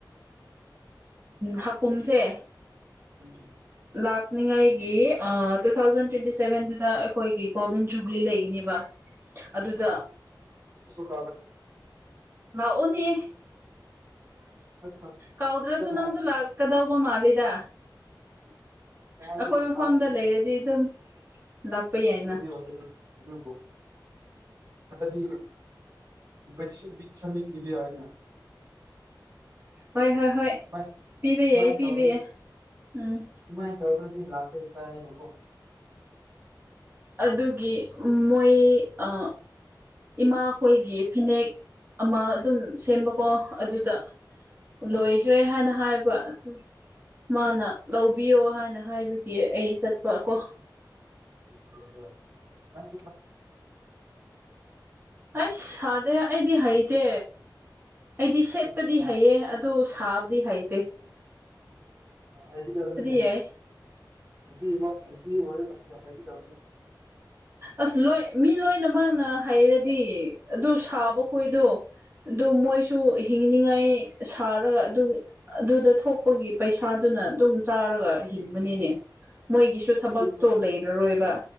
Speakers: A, on the right (about 30°); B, on the right (about 50°).
A: ꯍꯥꯀꯨꯝꯨꯝꯁꯦ
B: ꯎꯝ
A: ꯂꯥꯛꯅꯤꯉꯥꯏꯒꯤ ꯇꯨ ꯊꯥꯎꯖꯟ ꯇ꯭ꯋꯦꯟꯇꯤ ꯁꯚꯦꯟꯗꯨꯗ ꯑꯩꯈꯣꯏꯒꯤ ꯒꯣꯜꯗꯟ ꯖꯨꯕ꯭ꯂꯤ ꯂꯩꯒꯅꯦꯕ ꯑꯗꯨꯗ
B: ꯄꯣ
A: ꯂꯥꯛꯑꯣꯅꯦ
B: ꯑꯁ
A: ꯀꯥꯎꯗ꯭ꯔꯁꯨ
B: ꯐꯖꯅ
A: ꯅꯪꯁꯨ ꯂꯥꯛ ꯀꯗꯧꯕ ꯃꯥꯜꯂꯤꯗ
B: ꯀꯥꯏꯗꯒꯤ
A: ꯑꯩꯈꯣꯏ ꯃꯐꯝꯗ
B: ꯀꯥꯎꯒꯅꯤ
A: ꯂꯩꯔꯗꯤ ꯑꯗꯨꯝ ꯂꯥꯛꯄ ꯌꯥꯏꯅ
B: ꯎ ꯜꯀꯨꯜ ꯀꯗꯤ ꯐꯕꯤ ꯑꯒ
A: ꯍꯣꯏ ꯍꯣꯏ ꯍꯣꯏ
B: ꯁꯨꯃꯥꯏ ꯑꯗꯨꯃꯥꯏꯅ
A: ꯄꯤꯕ ꯌꯥꯏ ꯑꯩ ꯄꯤꯕ
B: ꯇꯧꯗ꯭ꯔꯗꯤ
A: ꯌꯥꯏ ꯎꯝ
B: ꯑꯗꯨꯃꯥꯏꯅ ꯇꯧꯔꯗꯤ ꯂꯥꯛꯄꯒꯤ ꯀꯥꯏꯕꯀꯣ
A: ꯑꯗꯨꯒꯤ ꯃꯣꯏ ꯑ ꯏꯃꯥꯈꯣꯏꯒꯤ ꯐꯤꯅꯦꯛ ꯑꯃ ꯑꯗꯨꯝ ꯁꯦꯝꯕꯀꯣ ꯑꯗꯨꯗ ꯂꯣꯏꯈ꯭ꯔꯦ ꯍꯥꯏꯅ ꯍꯥꯏꯕ ꯑꯗꯨ ꯃꯥꯅ ꯂꯧꯕꯤꯌꯣ ꯍꯥꯏꯅ ꯍꯥꯏꯕꯒꯤ ꯑꯩ ꯆꯠꯄ ꯀꯣ
B: ꯆꯥ ꯅꯪ
A: ꯑꯁ ꯁꯥꯗꯦ ꯑꯩꯗꯤ ꯍꯩꯇꯦ ꯑꯩꯗꯤ ꯁꯦꯠꯄꯗꯤ
B: ꯑꯁ
A: ꯍꯩꯌꯦ ꯇꯨ ꯁꯥ ꯍꯥꯕ ꯍꯥꯏꯩ ꯇ
B: ꯔꯦꯗꯤ ꯀꯃꯤꯅꯦ
A: ꯌꯥꯏ
B: ꯏ ꯏ ꯋꯥꯏ ꯍꯥꯏꯒ
A: ꯑꯁ ꯂꯣꯏ ꯃꯤ ꯂꯣꯏꯅꯃꯛꯅ ꯍꯩꯔꯗꯤ ꯑꯗꯨ ꯁꯥꯕ ꯈꯣꯏꯗꯣ ꯑꯗꯨ ꯃꯣꯏꯁꯨ ꯍꯤꯡꯅꯤꯡꯉꯥꯏ ꯁꯥꯔꯒ ꯑꯗꯨ ꯑꯗꯨꯗ ꯊꯣꯛꯄꯒꯤ ꯄꯩꯁꯥꯗꯨꯅ ꯑꯗꯨꯝ ꯆꯥꯔꯒ ꯍꯤꯡꯕꯅꯤꯅꯦ ꯃꯣꯏꯒꯤꯁꯨ ꯊꯕꯛꯇꯣ
B: ꯑꯗꯨ
A: ꯂꯩꯔꯔꯣꯏꯕ